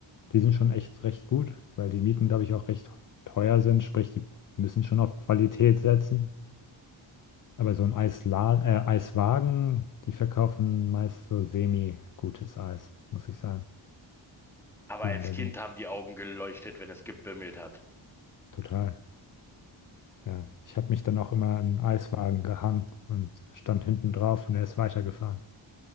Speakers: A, on the left; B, in the centre.
A: die sind schon echt recht gut, weil die Mieten, glaube ich, auch recht teuer sind. Sprich, die müssen schon auf Qualität setzen. Aber so ein Eisla äh, Eiswagen, die verkaufen meist so semi-gutes Eis, muss ich sagen,
B: Aber
A: hier
B: als
A: in Berlin.
B: Kind haben die Augen geleuchtet, wenn es gebimmelt hat.
A: Total. Ja, ich habe mich dann auch immer an einen Eiswagen gehangen und stand hinten drauf und er ist weitergefahren.